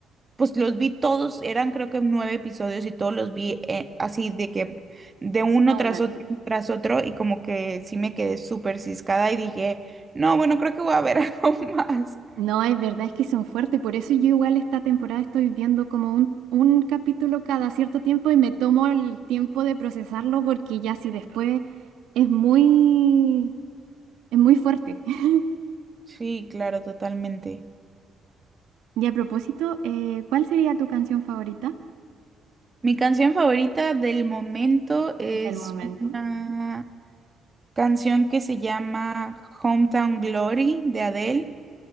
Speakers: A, on the right; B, on the right.
A: pues los vi todos, eran creo que nueve episodios y todos los vi eh, así de que de uno
B: era
A: tras
B: una.
A: otro tras otro y como que sí me quedé súper ciscada y dije, no, bueno, creo que voy a ver <laughs> algo más.
B: No, es verdad, es que son fuertes, por eso yo igual esta temporada estoy viendo como un, un capítulo cada cierto tiempo y me tomo el tiempo de procesarlo porque ya si después es muy, es muy fuerte. <laughs>
A: Sí, claro, totalmente.
B: Y a propósito, eh, ¿cuál sería tu canción favorita
A: Mi canción favorita del momento es
B: del momento?
A: una canción que se llama Hometown Glory de Adele.